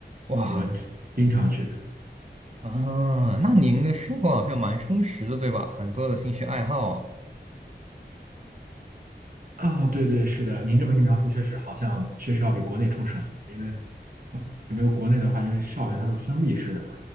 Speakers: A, on the right; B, on the right.
A: 哇
B: 我经常去。
A: 啊，那您的生活好像蛮充实的，对吧？很多的兴趣爱好。
B: 啊，对对，是的，您这么一描述，确实好像确实要比国内充实很多，因为感觉国内的话，因为校园它都是封闭式的嘛，